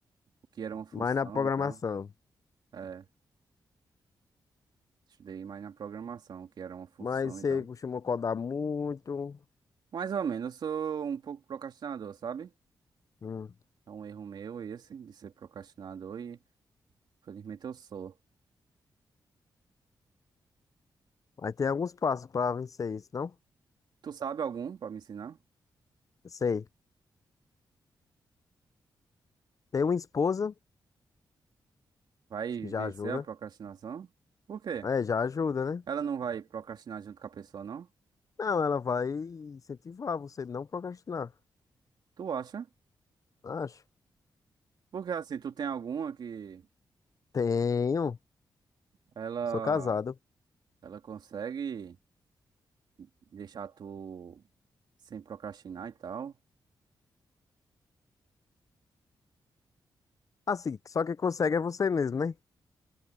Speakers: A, on the right; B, on the left.
A: O que era uma função
B: mas na programação.
A: e tal. É, estudei mais na programação, o que era uma função
B: Mas
A: e
B: você
A: tal.
B: costuma codar muito.
A: Mais ou menos, eu sou um pouco procrastinador, sabe?
B: Hum.
A: É um erro meu esse, de ser procrastinador e felizmente eu sou.
B: Aí tem alguns passos para vencer isso, não?
A: Tu sabe algum pra me ensinar?
B: Sei. Tem uma esposa,
A: Vai
B: acho que já
A: vencer
B: ajuda.
A: a procrastinação? Por quê?
B: É, já ajuda, né?
A: Ela não vai procrastinar junto com a pessoa, não?
B: Não, ela vai incentivar você não procrastinar.
A: Tu acha?
B: Acho.
A: Porque assim, tu tem alguma que
B: Tenho.
A: ela
B: Sou casado.
A: ela consegue deixar tu sem procrastinar e tal?
B: Assim, só quem consegue é você mesmo, né?